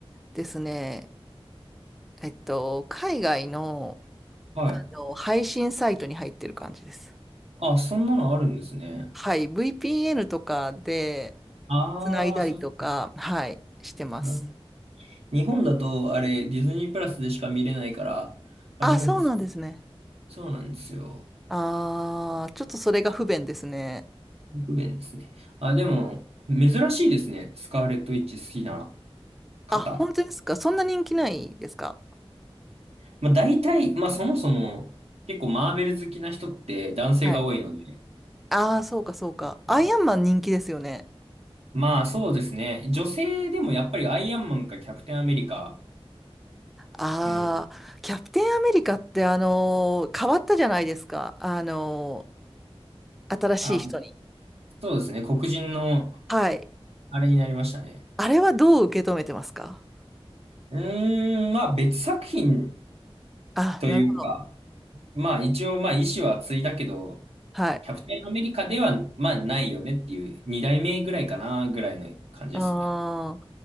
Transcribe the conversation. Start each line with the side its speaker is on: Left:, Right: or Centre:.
Centre: ですね。えっと、海外の、
Right: はい。
Centre: あの、配信サイトに入ってる感じです。
Right: あ、そんなのあるんですね。
Centre: はい。VPN とかで、
Right: ああ、
Centre: つないだりとか、
Right: そう、
Centre: はい、してます。
Right: なる日本だと、あれ、ディズニープラスでしか見れないから、あれなんです。
Centre: あ、そうなんですね。
Right: そうなんですよ。
Centre: あー、ちょっとそれが不便ですね。
Right: 不便ですね。あ、でも、珍しいですね。スカーレット・ウィッチ好きな方。
Centre: あ、本当ですかそんな人気ないですか
Right: まあ、大体、まあ、そもそも、結構マーベル好きな人って男性が多いので、
Centre: はい。ああ、そうか、そうか。
Right: はい。
Centre: アイアンマン人気ですよね。
Right: まあ、そうですね。女性でもやっぱりアイアンマンかキャプテンアメリカ、
Centre: ああ、
Right: うん。
Centre: キャプテンアメリカってあのー変わったじゃないですか。あのー新しい人に。
Right: あ、そうですね。黒人の、
Centre: はい。
Right: あれになりましたね。
Centre: あれはどう受け止めてますか
Right: うーん、まあ別作品
Centre: あ、
Right: というか、
Centre: なるほど。
Right: まあ一応まあ意志は継いだけど、
Centre: はい。
Right: キャプテンアメリカではまあないよねっていう二代目ぐらいかなぐらいの感じですね。
Centre: あ